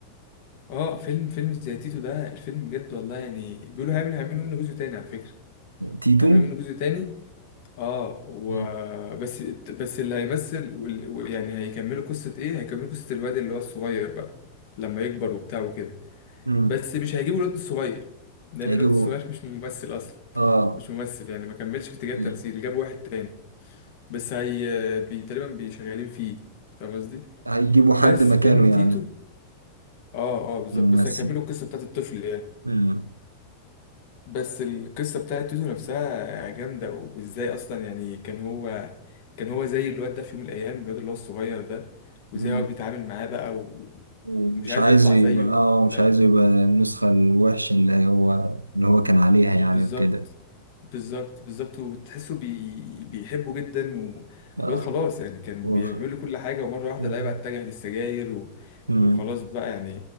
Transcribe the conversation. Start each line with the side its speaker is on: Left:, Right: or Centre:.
Left: آه، فيلم فيلم زي تيتو ده الفيلم بجد والله يعني بيقولوا هيعمل هيعملوا منه جزء تاني على فكرة
Right: تيتو
Left: هيعملوا منه جزء تاني اه و...
Right: مم.
Left: بس بس اللي هيمثل وال... و- يعني هيكملوا قصة ايه هيكملوا قصة الواد اللي هو الصغير بقى لما يكبر وبتاع وكده
Right: مم.
Left: بس مش هيجيبوا الواد الصغير لان
Right: هيجيبوا
Left: الواد الصغير مش ممثل اصلا
Right: آه
Left: مش ممثل يعني ما كملش في اتجاه
Right: مم.
Left: التمثيل جابوا واحد تاني بس هي بي... تقريبا بيشغالين فيه فاهم قصدي
Right: هيجيبوا حد
Left: بس
Right: مكانه
Left: فيلم تيتو
Right: يعني
Left: اه اه بالظبط
Right: ممثل
Left: بس هيكملوا القصة بتاعت الطفل يعني
Right: مم.
Left: بس القصة بتاعت تيتو نفسها جامدة وازاي اصلا يعني كان هو كان هو زي الواد ده في يوم من الايام الواد اللي هو الصغير ده وازاي
Right: مم.
Left: هو بيتعامل معاه بقى و...
Right: مم.
Left: ومش
Right: مش
Left: عايزه
Right: عايزه
Left: يطلع
Right: يبقى
Left: زيه
Right: آه مش
Left: فاهم
Right: عايزه يبقى النسخة الوحشة اللي هو اللي هو كان عليها يعني
Left: بالظبط
Right: وكده
Left: بالظبط بالظبط وتحسه بي... بيحبه جدا والواد
Right: مم.
Left: خلاص يعني كان
Right: وخ...
Left: بيعمل له كل حاجة ومرة واحدة
Right: مم.
Left: لقاه بقى اتجه للسجاير و...
Right: مم.
Left: وخلاص بقى يعني